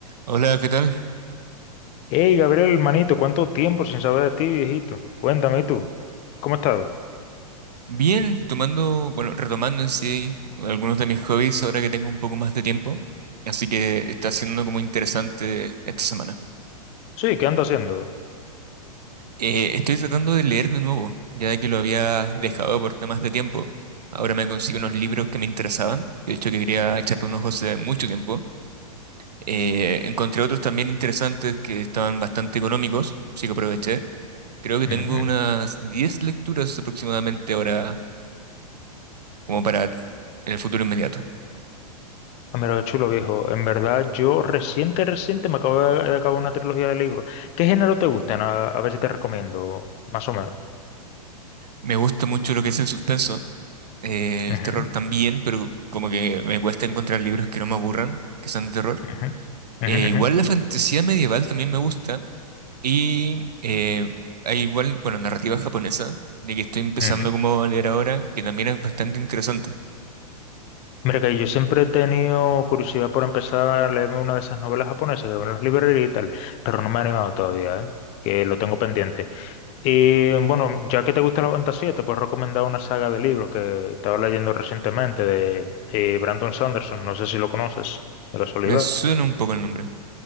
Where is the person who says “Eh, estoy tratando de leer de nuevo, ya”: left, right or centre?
Right